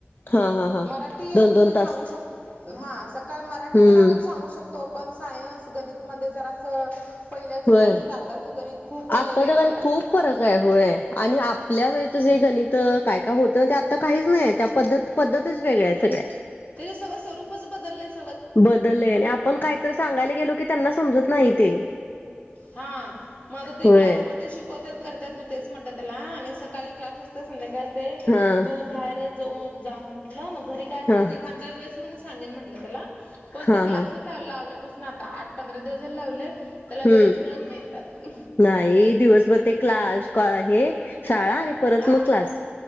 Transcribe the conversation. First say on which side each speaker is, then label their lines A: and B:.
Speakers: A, on the left (about 55°); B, on the left (about 35°).
A: हा हा हा
B: मराठी आपण
A: दोन दोन
B: हे सांगू
A: तास
B: शक हा, सकाळ मराठीत
A: हम्म
B: आपण सांगू शकतो. तो पण सायन्स गणितमध्ये जरासं. पहिल्याचं
A: होय.
B: गणित आत्ताचं गणित, खूप
A: आत्ताच्या
B: वेगवेगळं
A: काळात
B: आहे.
A: खूप फरक आहे होय आणि आपल्या वेळचं जे, गणित काय काय होतं ते आता काहीच नाहीये त्या पद्धत. पद्धतीचं वेगळ्या आहे सगळ्या.
B: स स्वरूप. आताचं बद्दलेस.
A: बदललंय आणि आपण काहीतरी सांगायला गेलो, की त्यांना समजत नाही ते.
B: हां.. मग आता ते
A: होय
B: क्लासमध्ये शिक नको तेच करत्यात मी तेच म्हणलं त्याला, आणि सकाळी क्लास असते संध्याकाळी असते.
A: ह..
B: तू बाहेर जाऊन जा म्हटलं मग घरी काय असेल,
A: हा
B: ये खांद्य वेळेस मग मी सांगेन म्हंटलं त्याला. पण
A: हा
B: ते क्लासच
A: हा.
B: लावल्यापासून आता आठ पंधरा दिवस झाले लावले, त्याला
A: हम्म
B: वेळच मिळत नाही घरात.
A: नाही दिवसभर ते क्लास. हे शाळा आणि परत
B: हा
A: मग क्लास,